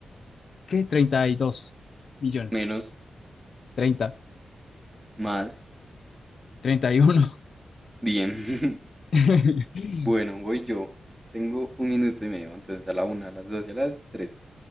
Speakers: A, on the left; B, on the right.
A: ¿qué? treinta y dos millones,
B: menos,
A: treinta
B: más.
A: treinta y uno
B: Bien. <laughs>
A: <laughs>
B: Bueno, voy yo. Tengo un minuto y medio, entonces a la una, a las dos y a las tres.